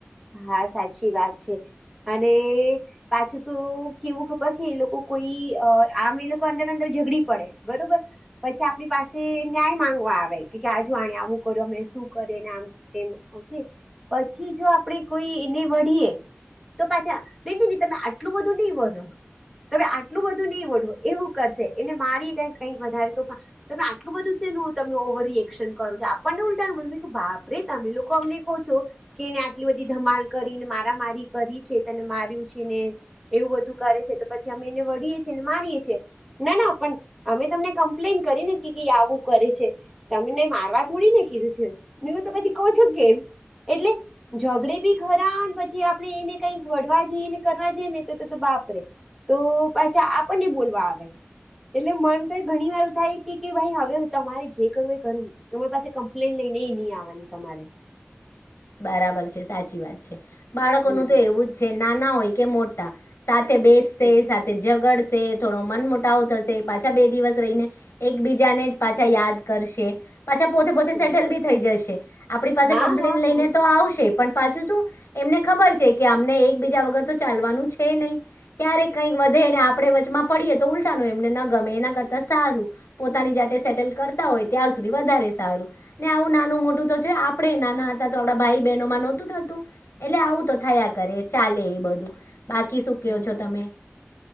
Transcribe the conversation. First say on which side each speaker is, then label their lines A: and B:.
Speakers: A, in the centre; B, on the left (about 70°).
A: હા સાચી વાત છે અને પાછું તો કેવું ખબર છે એ લોકો કોઈ આમ એ લોકો અંદર અંદર ઝઘડી પડે બરોબર પછી આપણી પાસે ન્યાય માં આવે આજ આ આવું કર્યું અમે શું કરને આમ ઓકે પછી જો આપણે કોઈ એ વળીએ તો પાછા ન ન તમે આટલું બધું નહી વળ્યો તમે આટલું બધું નહી વઢો એવું કરશે એને મારી ક કઈક વધારે તોફાન તમે આટલું બધું ત ઓવર રિએક્શન કરું છો આપણને ઉલતા બો બાપરેે તમે લોકો અમને કહો છો કેને એટલી બધી ધમાલ કરીને મારા મારી કરી છે તને માર્યું છે ને એવું બધું કરે છે તો પછી અમેને વીએ છીએને મારીએ છીએ ના ના પણ અમે તમને કમ્પ્લેન કરીને કે આવું કરે. છે તમને મારવા થોડી ને કીધું છે હ તો પછી કહ છો કેમ એટલે ઝઘડે બી ખરા પછી આપડે એને કઈક વળવા જઈએને કરવા જઈ ને તો તો બાપરે તો પાછા આપણને બોલવા આવે. એટલે મન તો એ ઘણી વાર થાય કે ભાઈ હવે તમારે જે કરવું એ કરું તમારી પાસે કમ્પ્લેન લઈ નઈ નઈ આવવાનું તમારે
B: બરાબર છે સાચી વાત છે બાળકોનું
A: હમ
B: તો એવું જ છે નાના હોય કે મોટા સાથે બેસશે
A: હમ
B: સાથે ઝગડ સે થોડો મન મોટાાવો થશે પાછા બે દિવસ રહીને એકબીજાને જ પાછા યાદ કરશે. પાછા પોતે પોતે
A: હમ
B: સેટલ બી થઈ જશે આપણી પાસે
A: હા
B: કમ્પ્લેન
A: હા
B: લઈને
A: હા
B: તો આવશે પણ પાછ શું એમને ખબર છે કે અમને એક બીજા વગર તો ચાલવાનું છે નહી. કઈક વધે ને આપણે વચમાં પડીએ તો ઉલટાનું એમને ન ગમે એના કરતા સારું પોતાની જાતે સેટ ટલ કરતા હોય તાર સુધી વધારે સારું ને આવું નાનું મોટું તો છે આપણે નાના હતા આપડા ભાઈ બહેનો માં નહોતું થતું એટલે આવું તો થયા કરે ચાલે એ બધું બાકી શું કહો
A: હમ
B: છો
A: હમ
B: તમે